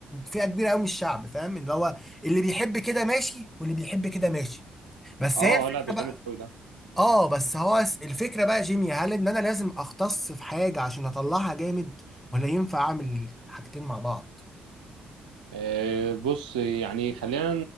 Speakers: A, in the centre; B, on the right.
A: فئه كبيره قوي من الشعب فاهم اللي هو اللي بيحب كده ماشي واللي بيحب كده ماشي بس
B: اه
A: هي الفكره
B: لا ده
A: بقى
B: جامد قوي ده
A: اه بس هو س- الفكره بقى جيمي هل ان انا لازم اختص في حاجه عشان اطلعها جامد ولا ينفع اعمل حاجتين مع بعض
B: آه بص يعني خلينا